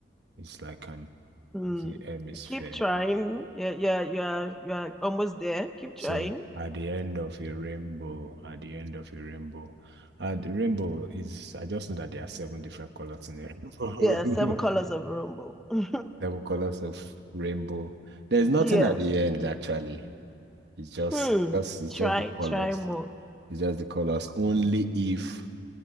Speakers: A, on the right; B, in the centre.
A: It's like an
B: Hmm.
A: is it hemisphere?
B: Keep trying. Yeah, yeah, yeah, yeah. Almost there. Keep
A: So
B: trying.
A: at the end of a rainbow, at the end of a rainbow, and the rainbow is, I just know that there are seven different colors in a rainbow.
B: Yeah, seven colors
A: <laughs>
B: of a rainbow. <laughs>
A: Seven colors of rainbow. There's nothing
B: Yes.
A: at the end actually. It's just,
B: Hmm.
A: just, it's
B: Try,
A: just the colors.
B: try more.
A: It's just the colors. Only if